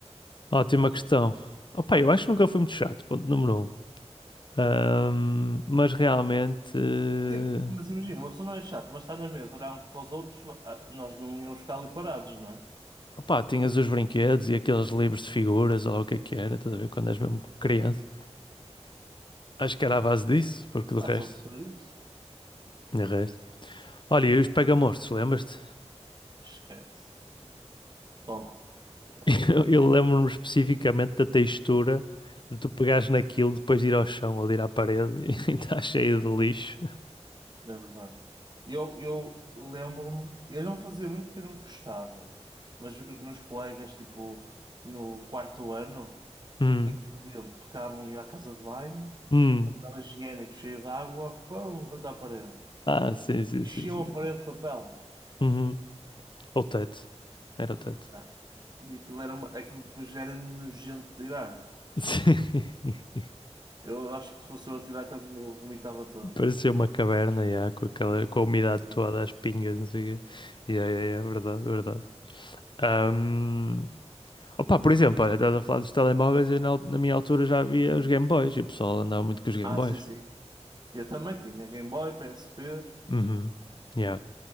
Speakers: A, on the left (about 45°); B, on the right (about 40°).
A: Ótima questão. Opa, eu acho que nunca fui muito chato, ponto número um. Ahm, mas realmente, eh,
B: Sim, mas imagina, uma pessoa não é chata, mas está na mesa, olhar uns para os outros, ah, nós não íamos ficar ali parados, não é?
A: opa, tinhas os brinquedos e aqueles livros de figuras, ou lá o que é que era, estás a ver, quando és mesmo criança. Acho que era à base disso, porque de
B: Pá,
A: resto,
B: só se for isso.
A: de resto. Olha, e os pega-monstros, lembras-te?
B: Esquece. Top,
A: <laughs>
B: top.
A: Eu, eu lembro-me especificamente da textura de tu pegares naquilo depois de ir ao chão ou de ir à parede <laughs> e está cheio de lixo.
B: É verdade. Eu, eu lembro-me, eu não fazia muito porque eu não gostava, mas os meus colegas, tipo, no quarto ano,
A: Hum,
B: o que é que faziam? Pegavam e à casa de banho,
A: hum.
B: papel higiênico cheio de água, pão, contra a parede.
A: Ah, sim, sim,
B: Enchiam
A: sim, sim.
B: a parede de papel, meu.
A: Uhum. Ou teto. Era o teto.
B: Ya. E aquilo era uma, aquilo depois era nojento de tirar.
A: Sim. <laughs>
B: Eu acho que se fosse eu a tirar, também me vomitava todo.
A: Parecia uma caverna, já, com aquela, com a umidade
B: Não.
A: toda, as pingas, não sei o quê. Yeah, yeah, yeah, verdade, verdade. Ahm, Opa, por exemplo, olha, estás a falar dos telemóveis, eu na, al- na minha altura já havia os Game Boys e o pessoal andava muito com os Game
B: Ah,
A: Boys.
B: sim, sim. Eu também tinha Game Boy, PSP.
A: Uhum. Yeah,